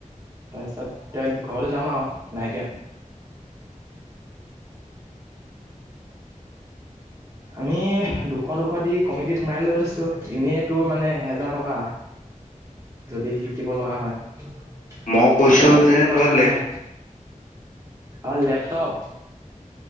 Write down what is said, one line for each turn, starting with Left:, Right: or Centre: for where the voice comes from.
Right: তাৰ পিছত এ ঘৰলৈ যাম আৰু লাহেকে আমি দুশ দুশ দি কমিটিত সোমাই লৈ লৈছোঁ এনেই তোৰ মানে এহেজাৰ টকা যদি শিকিব লগা হয় এ
Left: মই কৈছো
Right: লৰা
Left: যে
Right: চোৱলি ইমান
Left: তই
Right: অহা নাই আৰু লেপটপ